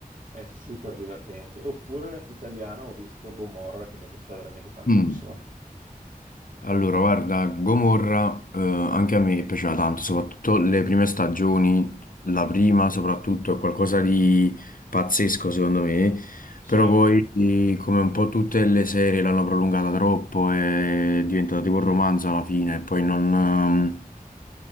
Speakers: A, on the right; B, on the left.
A: è super divertente. Oppure italiana, ho visto Gomorra che mi è piaciuta veramente tantissimo.
B: Mm. Allora, guarda, Gomorra, eh, anche a me piaceva tanto, soprattutto le prime stagioni, la prima soprattutto è qualcosa di pazzesco secondo me,
A: Sì.
B: però Mm. poi eh, come un po' tutte le serie l'hanno prolungata troppo, è diventata tipo un romanzo alla fine, e poi non... ehm,